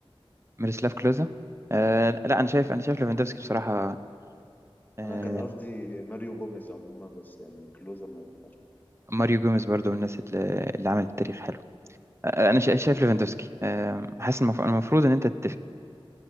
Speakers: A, on the right; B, on the left.
A: ميروسلاف كلوزا آه... لا انا شايف انا شايف ليفاندوفسكي بصراحه آه...
B: انا كان قصدي ماريو جوميز عموما بس يعني كلوزا ما ينفعش معاه.
A: ماريو جوميز برضو من الناس اللي, اللي عملت تاريخ آه، انا شا- شايف ليفاندوسكي آه، حاسس المف- المفروض ان انت تتفق